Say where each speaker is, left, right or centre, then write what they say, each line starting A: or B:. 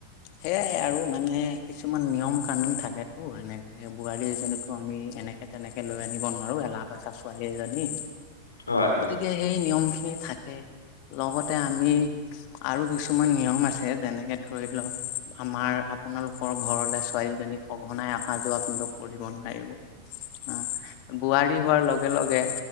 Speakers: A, on the left; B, on the left.
A: সেয়াই আৰু মানে কিছুমান নিয়ম কানুন থাকো এনেকে বোৱাৰী এজনীতো আমি এনেকে তেনেকে লৈ আনিব নোৱাৰো এলাহ পেচাহ ছোৱালী এজনী
B: হয় হয় হয়
A: গতিকে সেই নিয়মখি- থাকে। লগতে আমি আৰু কিছুমান নিয়ম আছে যেনেকে ধৰি লওক, আমাৰ আপোনালোকৰ ঘৰলৈ ছোৱালীজনীক সঘনাই অহা যোৱা কিন্তু কৰিব নোৱাৰিব। আ বোৱাৰী হোৱাৰ লগে লগে